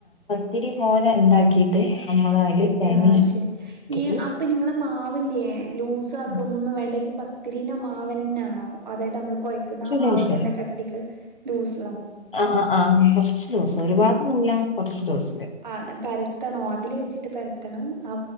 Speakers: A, on the left (about 50°); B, on the right (about 40°).
A: ഒത്തിരി പോലെ ഉണ്ടാക്കിയിട്ട് നമ്മള് അതില് തേങ്ങ
B: ആശരി
A: ഇട്ടിട്ട്
B: ഈ അപ്പൊ നിങ്ങള് മാവില്ലയേ ലൂസ ആക്കെ
A: കുറച്ച്
B: ഒന്നും വേണ്ട പത്തി വിന് മാവ് തന്നെയാണോ അതായതു നമ്മള് കോഴ്ക്കുന്ന മാവ്
A: ദിവസം
B: തന്നെ കട്ടിക്ക് ലൂസു
A: ആ ആ കുറച്ച് ദിവസം ഒരുപാട് നല്ല കുറച്ച് ദിവസം
B: ആ പരത്തണോ അതില് വെച്ചിട്ട് പരത്തണം ആ